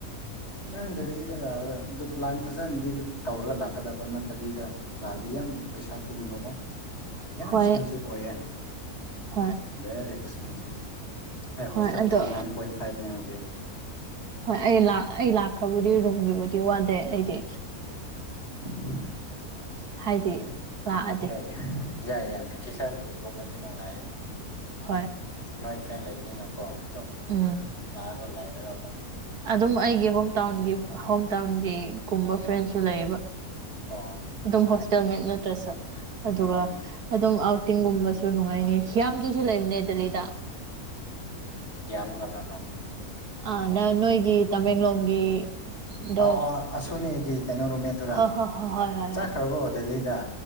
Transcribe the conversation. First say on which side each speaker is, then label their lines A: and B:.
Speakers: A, on the left; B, on the right.
A: ꯅꯪ ꯗꯦꯜꯂꯤꯗ ꯂꯥꯛꯑꯒ ꯑꯗꯨ ꯄ꯭ꯂꯥꯟ ꯐꯖꯅꯗꯤ ꯇꯧꯔꯒ ꯂꯥꯛꯀꯗꯕ ꯅꯠꯇꯕꯤꯗ ꯂꯥꯛꯑꯗꯤ ꯌꯥꯝ ꯄꯩꯁꯥ ꯇꯤꯡꯕꯀꯣ ꯌꯥꯝ
B: ꯍꯣꯏ
A: ꯑꯦꯛꯁꯄꯦꯟꯁꯤꯚ ꯑꯣꯏꯌꯦ
B: ꯍꯣꯏ
A: ꯚꯦꯔꯤ ꯑꯦꯛꯁ ꯅꯪꯁꯦ ꯑꯩ
B: ꯍꯣꯏ
A: ꯍꯣꯁꯇꯦꯜ
B: ꯑꯗꯣ
A: ꯐꯤ ꯅꯥꯏꯟ ꯄꯣꯏꯟ ꯐꯥꯏꯚꯅꯦ ꯍꯧꯖꯤꯛ
B: ꯍꯣꯏ ꯑꯩ ꯑꯩ ꯂꯥꯛꯈ꯭ꯔꯕꯨꯗꯤ ꯔꯨꯝꯒꯤꯕꯨꯗꯤ ꯋꯥꯗꯦ ꯑꯩꯗꯤ
A: <inaudible>
B: ꯍꯥꯏꯗꯤ ꯂꯥꯛꯑꯗꯤ
A: ꯌꯥꯏ ꯌꯥꯏꯌꯦ ꯌꯥꯏ ꯀꯤꯁꯪꯒꯣꯏꯒꯨꯝꯃꯗꯤ ꯅꯨꯡꯉꯥꯏꯔꯦ
B: ꯍꯣꯏ
A: ꯅꯣꯏ ꯐ꯭ꯔꯦꯟ ꯂꯩꯕꯅꯤꯅꯀꯣ ꯑꯗꯨꯝ
B: ꯎꯝ
A: ꯂꯥꯛꯔꯒ ꯂꯩꯔꯒ ꯑꯃꯨꯛ
B: ꯑꯗꯨꯝ ꯑꯩꯒꯤ ꯍꯣꯝ ꯇꯥꯎꯟꯒꯤ ꯍꯣꯝ ꯇꯥꯎꯟꯒꯤꯒꯨꯝꯕ ꯐ꯭ꯔꯦꯟꯁꯨ ꯂꯩꯕ
A: ꯑꯣ ꯑꯠꯆꯥ
B: ꯑꯗꯨꯝ ꯍꯣꯁꯇꯦꯜ
A: ꯑꯠꯆꯥ
B: ꯃꯦꯠ ꯅꯠꯇ꯭ꯔꯁꯨ ꯑꯗꯨꯒ
A: ꯎꯝ
B: ꯑꯗꯨꯝ ꯇꯤꯡꯒꯨꯝꯕꯁꯨ ꯅꯨꯡꯉꯥꯏꯅꯤ ꯀꯌꯥꯝ ꯇꯨꯁꯨ ꯂꯩꯅꯦ ꯗꯦꯜꯂꯤꯇꯥ
A: ꯌꯥꯝ ꯀꯅꯥꯅꯣ
B: ꯑ ꯅꯅꯣ ꯑꯩꯒꯤ ꯇꯃꯦꯡꯂꯣꯡꯒꯤ ꯗꯣ
A: ꯑꯥꯎ ꯑ <inaudible> ꯀꯩꯅꯣ ꯔꯨꯝ ꯃꯦꯠꯇꯨꯔ
B: ꯍꯣꯏ ꯍꯣꯏ ꯍꯣꯏ ꯍꯣꯏ ꯍꯣꯏ
A: ꯆꯠꯈ꯭ꯔꯕꯣ
B: ꯍꯣꯏ
A: ꯗꯦꯜꯂꯤꯗ